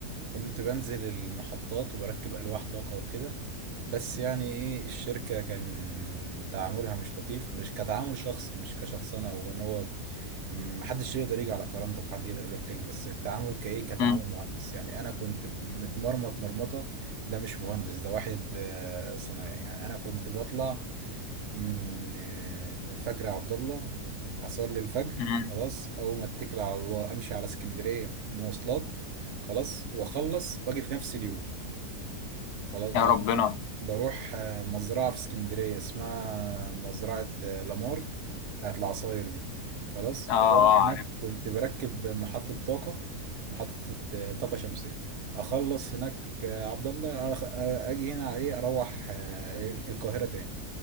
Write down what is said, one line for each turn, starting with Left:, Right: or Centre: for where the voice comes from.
Right: كنت بنزل المحطات وبركب ألواح طاقة وكده بس يعني إيه الشركة كان تعاملها مش لطيف مش كتعامل شخصي مش كشخص أنا أو إن هو محدش يقدر يجي على كرامتك وحد يقدر يقول لك كلمه بس التعامل كايه كتعامل
Left: مم.
Right: مهندس يعني انا كنت متمرمط مرمطه ده مش مهندس ده واحد آه، صنايعي يعني انا كنت بطلع من آه، من الفجر يا عبد الله اصلي الفجر
Left: مم.
Right: خلاص اول ما اتكل على الله امشي على اسكندريه مواصلات خلاص واخلص واجي في نفس اليوم خلاص
Left: يا
Right: عشان
Left: ربنا
Right: بروح آه، مزرعة في اسكندرية اسمها مزرعة آه، لامار بتاعت العصاير دي خلاص
Left: اه
Right: فبروح
Left: اه
Right: هناك
Left: عارف
Right: كنت بركب محطة طاقة محطة آه، طاقة شمسية أخلص هناك آه، عبد الله أخ- آه، أجي هنا على إيه أروح آه، القاهرة تاني